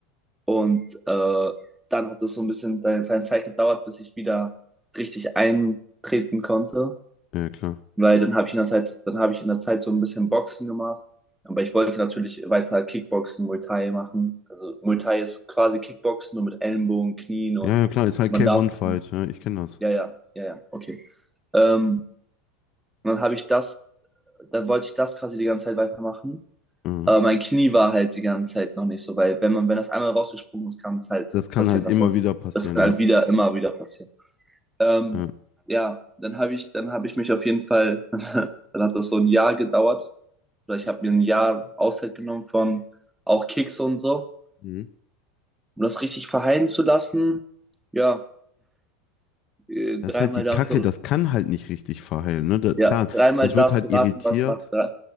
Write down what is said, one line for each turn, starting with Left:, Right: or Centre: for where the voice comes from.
Centre: Und äh, dann hat es so ein bisschen seine seine Zeit gedauert, bis ich wieder richtig eintreten konnte.
Left: Ja, klar.
Centre: Weil dann habe ich in der Zeit, dann habe ich in der Zeit so ein bisschen Boxen gemacht. Aber ich wollte natürlich weiter Kickboxen, Muay Thai machen. Also Muay Thai ist quasi Kickboxen, nur mit Ellenbogen, Knien und
Left: Ja, ja, klar, ist halt
Centre: man
Left: K1-Fight.
Centre: darf.
Left: Ja, ich kenne das.
Centre: Ja, ja, ja, ja, okay. Ähm, und dann habe ich das, dann wollte ich das quasi die ganze Zeit weitermachen.
Left: Ja.
Centre: Aber mein Knie war halt die ganze Zeit noch nicht so, weil wenn man, wenn das einmal rausgesprungen ist, kann es halt
Left: Das kann
Centre: passieren.
Left: halt
Centre: Also
Left: immer wieder passieren,
Centre: das kann
Left: ja.
Centre: halt wieder, immer wieder passieren. Ähm,
Left: ja.
Centre: ja, dann habe ich, dann habe ich mich auf jeden Fall, <laughs> dann hat das so ein Jahr gedauert. Oder ich habe mir ein Jahr Auszeit genommen von auch Kicks und so,
Left: Mhm.
Centre: um das richtig verheilen zu lassen. Ja, äh,
Left: Das
Centre: dreimal
Left: ist halt die
Centre: darfst
Left: Kacke,
Centre: du,
Left: das kann halt nicht richtig verheilen, ne? Da- klar,
Centre: ja, dreimal
Left: das
Centre: darfst
Left: wird halt
Centre: du raten,
Left: irritiert.
Centre: was nach drei,